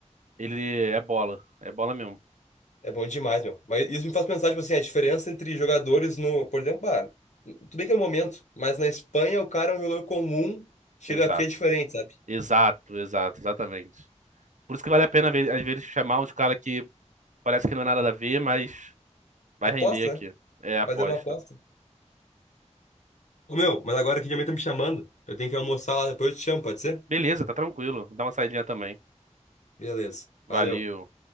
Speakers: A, on the right; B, on the left.
A: ele é bola. É bola mesmo.
B: É bom demais, meu. Mas isso me faz pensar, tipo assim, a diferença entre jogadores no, por exemplo, ah, tudo bem que é o momento, mas na Espanha o cara é um jogador comum, chega
A: Exato.
B: aqui é diferente, sabe?
A: Exato, exato, exatamente. Por isso que vale a pena, ver- às vezes, chamar uns caras que parece que não é nada a ver, mas vai
B: Aposta,
A: render aqui.
B: né?
A: É aposta.
B: Fazer uma aposta. Ô, meu, mas agora que minha mãe tá me chamando, eu tenho que almoçar lá, depois eu te chamo, pode ser?
A: Beleza, tá tranquilo. Dá uma saidinha também.
B: Beleza.
A: Valeu.
B: Valeu.